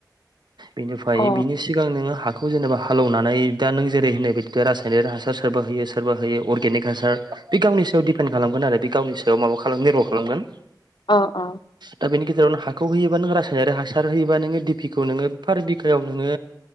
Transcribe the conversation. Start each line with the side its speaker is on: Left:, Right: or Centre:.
Right: बिनिफ्राय
Left: अ
Right: बिनि सिगां नोङो हाखौ जेनेबा हालौनानै दा नों जेरै होननाय बायदि रासायनिक हासार सोरबा होयो सोरबा होयो अर्गेनिक हासार बे गावनि सायाव दिडिपेन्ड खालामगोन आरो बे गावनि सायाव माबा खालाम निर्भ' खालामगोन।
Left: अ अ
Right: दा बेनि गेजेरावनो हा हखौ होयोबा नों रासायनारि हासार होयोा नोङो पिखौ नोङो बिफोरार बिखायाव नोङो